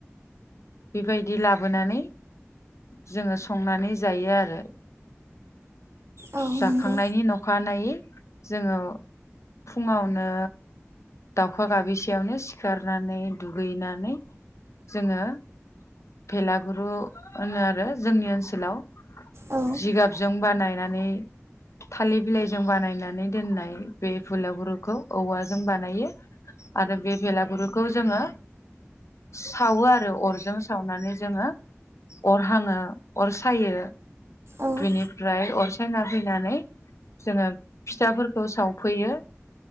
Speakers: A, on the left; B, on the right.
A: बेबायदि लाबोनानै जोङो संनानै जायो आरो
B: औ
A: जाखांनायनि
B: नंगौ
A: नखानायैै जोङो फुङावनो दाउखा गाबिसेयावनो सिखारनानै दुगैनानै जोङो भेलागुरु होनो आरो जोंनि ओनसोलाव
B: औ
A: जिगाबजों बानायनानै थालिर बिलाइजों बानायनानै दोननाय बे बेलागुरुखौ जों बानाय आरो बे बेलागुरुखौ जोङो सावो आरो अरजों सावनानै जोङो अर हाङो अर सायो
B: ओनसोलफोराव
A: बिनिफ्राय अर सायना फैनानै जोङो फिथाफोरखौ सावफैयो